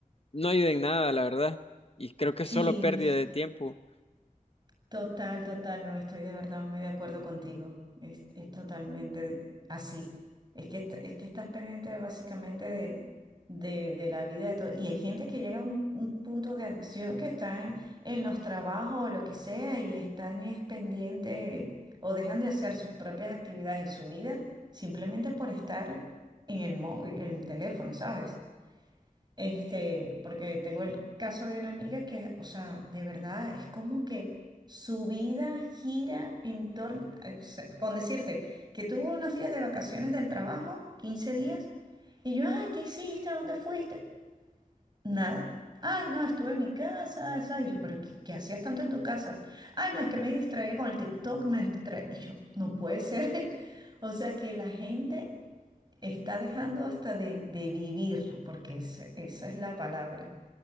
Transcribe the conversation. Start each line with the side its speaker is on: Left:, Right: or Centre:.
Left: no ayuda en nada, la verdad. Y creo que
Right: Sí,
Left: es solo pérdida de tiempo.
Right: Total, total, no, estoy de verdad muy de acuerdo contigo. Es, es totalmente de- así. Es que, est- es que estás pendiente básicamente de, de, de la vida de todo. Y hay gente que llega a un, un punto de adicción que está en, en los trabajos o lo que sea y están es pendiente o dejan de hacer sus propias actividades y su vida simplemente por estar en el, mó- en el teléfono, ¿sabes? Este, porque tengo el caso de una amiga que, o sea, de verdad es como que su vida gira en torno, eh, se- con decirte que tuvo unos días de vacaciones del trabajo, 15 días, y yo, ay, ¿qué hiciste? ¿A ¿Dónde fuiste? Nada. Ay, no, estuve en mi casa, eso. Y yo, pero ¿qué, qué hacías tanto en tu casa? Ay, no, es que me distraía con el TikTok, me distraía. Y yo, no puede ser. <laughs> O sea, que la gente Está dejando hasta de, de vivir, porque es- esa es la palabra,